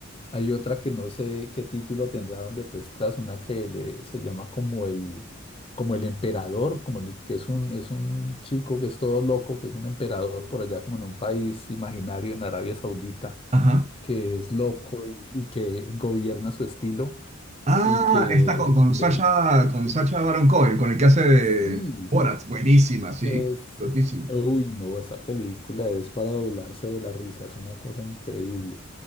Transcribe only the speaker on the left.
Hay otra que no sé qué título tendrá donde tú estás, una que le- se llama como el, como el emperador, como el- que es un, es un chico que es todo loco, que es un emperador por allá como en un país imaginario en Arabia Saudita
que es loco y, y que gobierna su estilo
y que,
que
que-
sí,
es,
uy, no, esa película es para doblarse de la risa, es una cosa increíble.